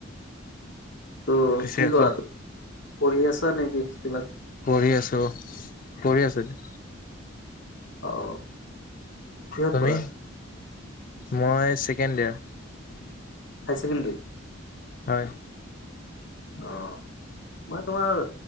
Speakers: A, on the left; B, on the left.
A: ত',
B: পিছে
A: কি
B: আকৌ
A: কৰা ত', পঢ়ি আছা নেকি কিবা‌কি
B: পঢ়ি আছো, পঢ়ি আছো এতিয়া।
A: অ'। কিহত
B: তুমি,
A: পঢ়া?
B: মই ছেকেণ্ড ইয়াৰ।
A: হাই ছেকেন্ড্ৰী?
B: হয়।
A: অঁ, মই তোমাৰ